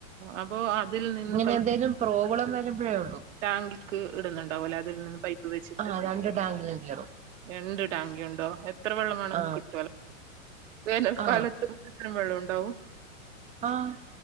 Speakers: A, on the right (about 60°); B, on the right (about 15°).
A: അപ്പൊ അതിൽ നിന്ന്
B: ഇങ്ങനെ എന്തേലും പ്രോബ്ലം വരുമ്പഴേ ഉള്ളൂ.
A: ടാങ്ക്ക്ക് ഇടുണുണ്ടാവും അല്ലെ അതിൽ നിന്ന് പൈപ്പ് വെച്ച്.
B: ആ രണ്ട് ടാങ്കിലും കേറും.
A: രണ്ട് ടാങ്ക് ഉണ്ടോ എത്ര വെള്ളം മാണെങ്കും
B: ആ
A: കിട്ടുലോ വേനൽക്കാലത്തും
B: ആ
A: ത്രയും വെള്ളം ഉണ്ടാവും.
B: ആഹ്